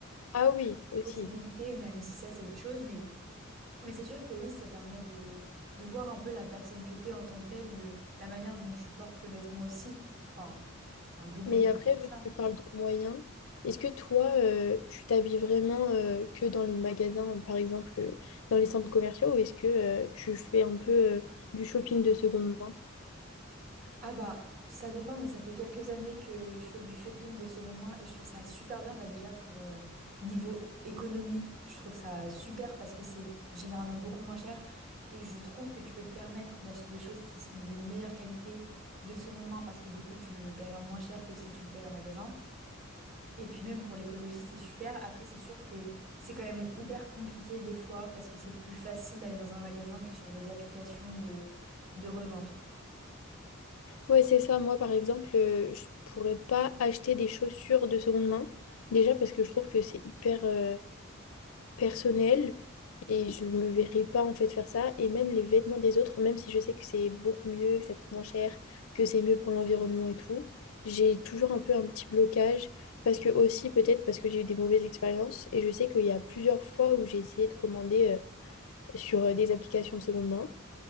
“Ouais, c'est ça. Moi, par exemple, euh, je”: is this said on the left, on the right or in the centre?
Left